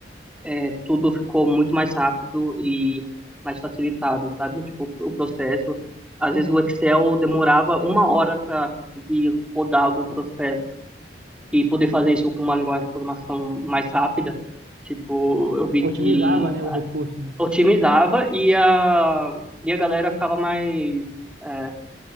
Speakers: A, in the centre; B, on the right.
A: é, tudo ficou muito mais rápido e mais facilitado, sabe? Tipo, o processo. Às vezes o Excel demorava uma hora para conseguir rodar algum processo e poder fazer isso com uma linguagem de programação mais rápida. Tipo, eu vi
B: Otimizava,
A: que
B: né, o recurso, né?
A: otimizava e a, e a galera ficava mais, é,